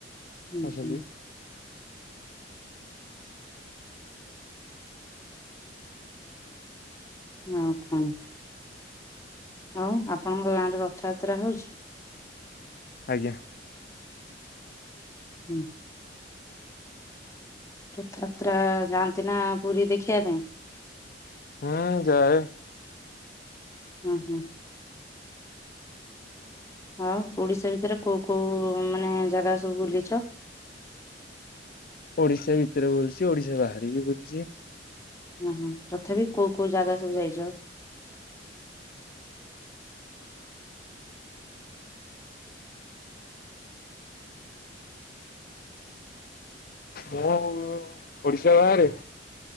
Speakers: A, on the left; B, on the left.
A: ହୁଁ
B: ଅଛନ୍ତି
A: ହୁଁ। ହଁ କଣ? ହଉ ଆପଣଙ୍କ ଗାଁରେ ରଥଯାତ୍ରା ହଉଛି?
B: ଆଜ୍ଞା।
A: ହୁଁ। ରଥଯାତ୍ରା ଯାଆନ୍ତି ନା ପୁରୀ ଦେଖିବା ପାଇଁ?
B: ହୁଁ ଯାଏ।
A: ହୁଁ ହୁଁ। ଆଉ ଓଡ଼ିଶା ଭିତରେ କୋଉ କୋଉ ମାନେ ଜାଗା ସବୁ ବୁଲିଛ? <inaudible>
B: ଓଡ଼ିଶା ଭିତରେ ବୁଲୁଛି ଓଡିଶା ବାହାର ବି ବୁଲୁଛି।
A: ହୁଁ ହୁଁ ତଥାପି କୋଉ କୋଉ ଜାଗା ସବୁ ଯାଇଛ? <inaudible>
B: ମୁଁ ଓଡିଶା ବାହାରେ